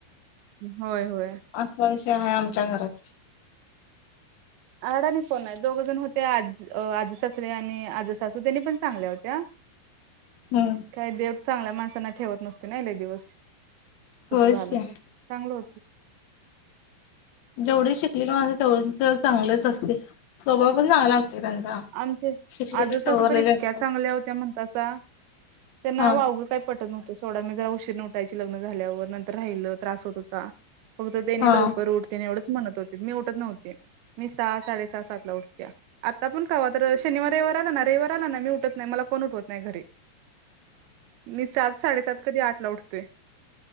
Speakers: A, on the right; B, on the left.
A: होय होय.
B: असा विषय आहे आमच्या घरात.
A: आडाने कोण आहे दोघ जण होते आज आज सासरे आणि आजी सासू त्यांनी पण चांगल्या होत्या.
B: हम्म.
A: काही देव चांगल्या माणसांना ठेवत नसते ना लेई दिवस
B: होयच
A: तसं झालं
B: की
A: ते चांगलं होतं.
B: जेवढी शिकली की माझे तेवढी तर चांगलेच असते. स्वभाव पण चांगला असतो त्यांचा
A: आमचे
B: शिकलेले
A: आजच
B: सवरलेले
A: असू तर इतक्या
B: असतात
A: चांगल्या होत्या म्हणतासा त्यांना
B: हा
A: वावघु काय पटत नव्हतं. त सोडा मी जरा उशीरन उटायची लग्न झाल्यावर नंतर राहिलं त्रास होत होता. फक्त त्यांनी
B: हा
A: लवकर उठते एवढंच म्हणत होते मी उठत नव्हते मी सहा साडे सहा सातला उठते. आता पण कावा तर शनिवार रविवार आला ना रविवार आला ना मी उठत नाही मला कोण उठवत नाही घरी.
B: <inaudible>
A: निसाद. साडेसात कधी आठ ला उठतोय